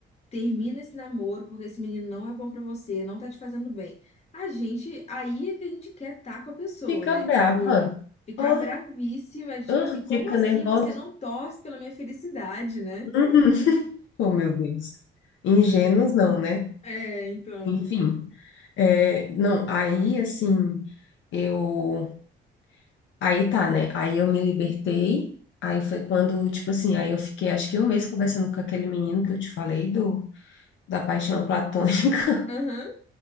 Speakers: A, on the left; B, on the left.
A: termina esse namoro porque esse menino não é bom para você, não tá te fazendo bem. A gente, aí é que a gente quer estar com a pessoa,
B: fica
A: né?
B: brava.
A: Tipo, ficar
B: Ah,
A: bravíssima, tipo
B: ah,
A: assim, como
B: fica
A: assim
B: nervosa.
A: você não torce pela minha felicidade, né?
B: Uhum. Oh, meu Deus. Ingênuos não, né?
A: É, então.
B: Enfim, é, não, aí assim, eu, aí tá, né, aí eu me libertei, aí foi quando, tipo assim, aí eu fiquei acho que um mês conversando com aquele menino que eu te falei do, da paixão platônica,
A: Aham.